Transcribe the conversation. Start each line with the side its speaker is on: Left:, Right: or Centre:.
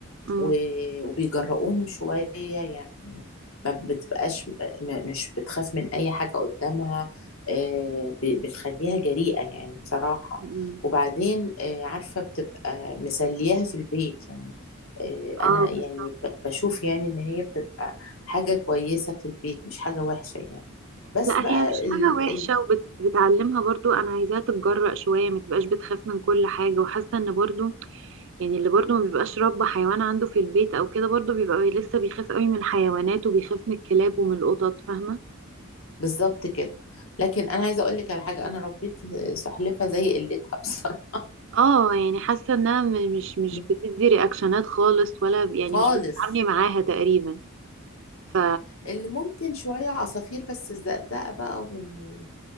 Right: امم
Left: و- وبيجرؤوهم شوية يعني ما بتبقاش م- مش بتخاف من أي حاجة قدامها آه، ب- بتخليها جريئة يعني بصراحة
Right: امم.
Left: وبعدين آه، عارفة بتبقى مسلياها في البيت يعني آه،
Right: اه
Left: أنا يعني
Right: بالظبط
Left: ب- بشوف يعني إن هي بتبقى حاجة كويسة في البيت مش حاجة وحشة يعني بس
Right: لا
Left: بقى
Right: هي مش
Left: ال...
Right: حاجة وحشة
Left: ال...
Right: وبتعلمها برضو أنا عايزاها تتجرأ شوية ما تبقاش بتخاف من كل حاجة وحاسة إن برضو يعني اللي برضو ما بيبقاش رب حيوان عنده في البيت أو كده برضو بيبقى لسه بيخاف قوي من الحيوانات وبيخاف من الكلاب ومن القطط فاهمة
Left: بالظبط كده لكن أنا عايزة أقول لك على حاجة
Right: مم.
Left: أنا ربيت سلحفة زي قلتها بصراحة
Right: اه يعني حاسة إنها م- مش مش
Left: <laughs>
Right: بتدي رياكشنات خالص ولا ب- يعني
Left: خالص
Right: مش بتتعاملي معاها تقريبا ف
Left: اللي ممكن شوية عصافير بس الزقزقة بقى وال...